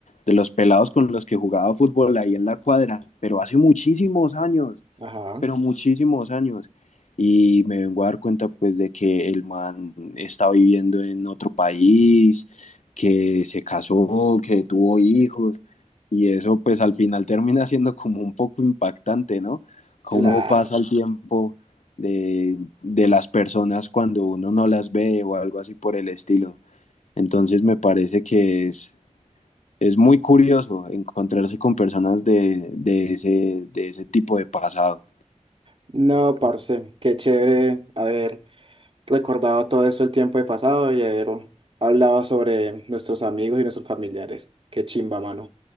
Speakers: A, on the left; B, on the right.
A: de los pelados con los que jugaba fútbol ahí en la cuadra, pero hace muchísimos años
B: Ajá,
A: pero muchísimos años. Y me vengo a dar cuenta pues de que el man está viviendo en otro país, que se casó, que tuvo hijos. Y eso pues al final termina siendo como un poco impactante, ¿no? Cómo
B: claro.
A: pasa el tiempo de, de las personas cuando uno no las ve o algo así por el estilo. Entonces me parece que es, es muy curioso encontrarse con personas de, de ese, de ese tipo de pasado.
B: No, parce, qué chévere haber recordado todo esto el tiempo de pasado y haber hablado sobre nuestros amigos y nuestros familiares. Qué chimba, mano.